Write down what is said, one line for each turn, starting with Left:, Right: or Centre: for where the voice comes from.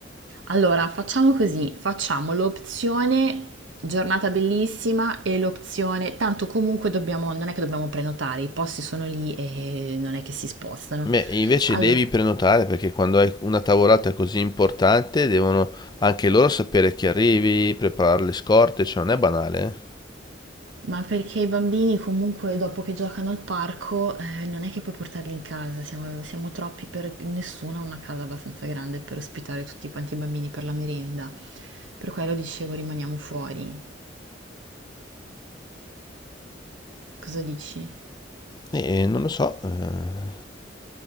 Right: Allora, facciamo così, facciamo l'opzione giornata bellissima e l'opzione, tanto comunque dobbiamo, non è che dobbiamo prenotare, i posti sono lì e non è che si spostano.
Left: Beh, invece
Right: Allora,
Left: devi prenotare perché quando hai una tavolata così importante devono anche loro sapere che arrivi, preparare le scorte, cioè non è banale, eh?
Right: ma perché i bambini comunque dopo che giocano al parco, eh, non è che puoi portarli in casa, siamo, siamo troppi per nessuno, ha una casa abbastanza grande per ospitare tutti quanti i bambini per la merenda. Per quello dicevo rimaniamo fuori. Cosa dici?
Left: E non lo so, eh,